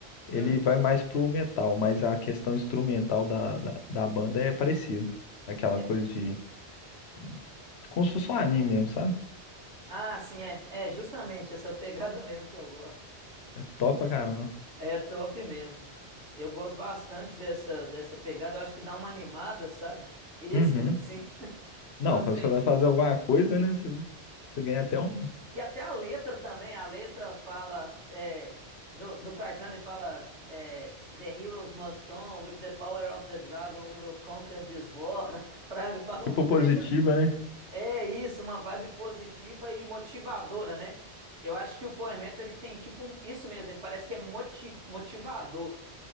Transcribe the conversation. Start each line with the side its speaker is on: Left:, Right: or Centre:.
Left: Ele
Right: Hum.
Left: vai mais pro metal, mas a questão instrumental da, da, da banda é parecida. Aquela
Right: É-
Left: coisa de, de. Como se fosse um anime mesmo, sabe?
Right: Ah, sim, é. É justamente essa <laughs> pegada mesmo que eu gosto.
Left: É top pra caramba.
Right: É top mesmo. Eu gosto bastante dessa dessa pegada. Eu acho que dá uma animada, sabe? Extra,
Left: Uhum.
Right: assim, <laughs>
Left: Não,
Right: quando
Left: quando
Right: você
Left: você
Right: escuta.
Left: vai fazer alguma coisa, né? Você, você ganha até um.
Right: E até a letra também, a letra fala é, do, do Crichton, ele fala é, The heroes must on, with the power of the dragon we will conquer this war. <laughs> Fraga, fala
Left: Tipo
Right: uns trem
Left: positiva,
Right: assim.
Left: né?
Right: É isso, uma vibe positiva e motivadora, né? Eu acho que o Power Metal, ele tem tipo um, isso mesmo, ele parece que é moti- motivador.